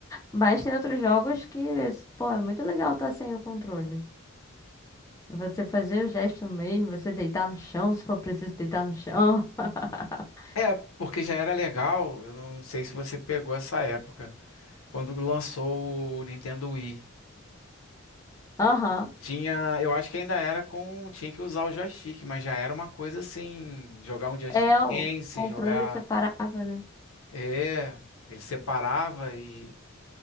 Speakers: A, on the left; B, on the left.
A: Mas tem outros jogos que, pô, é muito legal estar sem o controle. Você fazer o gesto mesmo, você deitar no chão, se for preciso deitar no chão. <laughs>
B: É, porque já era legal. Eu não sei se você pegou essa época, quando lançou o Nintendo Wii.
A: Aham.
B: Tinha, eu acho que ainda era com, tinha que usar o joystick, mas já era uma coisa assim, jogar um Just
A: É, o
B: Dance,
A: controle
B: jogar,
A: separava, né?
B: é, ele separava e,